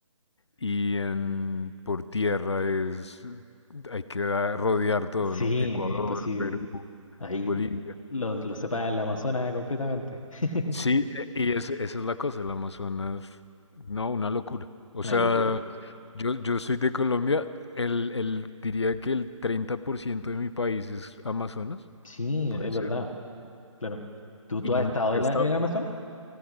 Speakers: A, on the left; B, on the left.
A: y en por tierra es, hay que da- rodear todo,
B: sí,
A: ¿no? Ecuador,
B: imposible.
A: Perú,
B: Ahí
A: Bolivia.
B: t- los los separa el Amazonas completamente. <laughs>
A: Sí, e- y es, esa es la cosa, el Amazonas, no, una locura. O
B: Una
A: sea,
B: locura.
A: yo, yo soy de Colombia, el, el, diría que el 30% de mi país es Amazonas,
B: Sí,
A: puede
B: es
A: ser,
B: verdad. Claro. ¿Tú, tú
A: y
B: has
A: nunca
B: estado en,
A: he estado.
B: la, en el Amazonas?